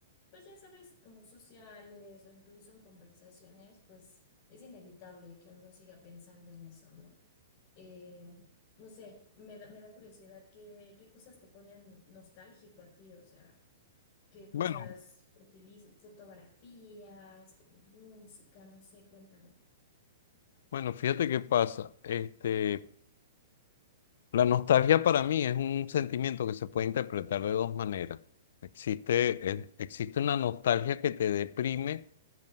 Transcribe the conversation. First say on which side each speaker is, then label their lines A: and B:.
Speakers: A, on the left; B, on the left.
A: pues ya sabes, como sociales o incluso en conversaciones, pues es inevitable que uno siga pensando en eso, ¿no? Eh, no sé, me da, me da curiosidad qué, qué cosas te ponen nostálgico a ti, o sea, qué cosas
B: Bueno,
A: utilizas, fotografías, como música, no sé, cuéntame.
B: bueno, fíjate qué pasa. Este, la nostalgia para mí es un sentimiento que se puede interpretar de dos maneras. Existe, eh, existe una nostalgia que te deprime